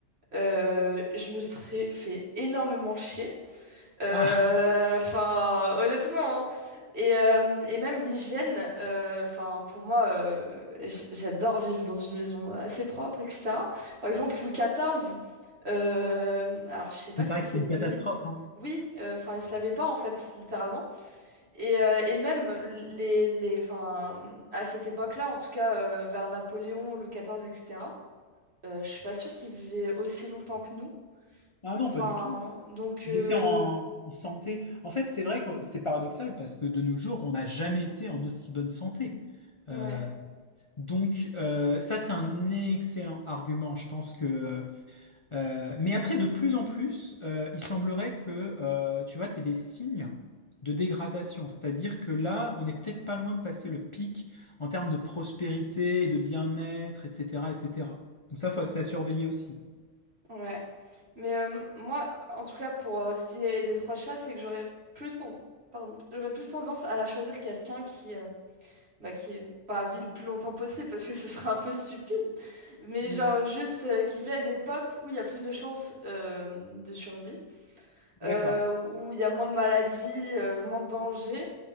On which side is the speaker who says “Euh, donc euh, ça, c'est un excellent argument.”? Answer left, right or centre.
Left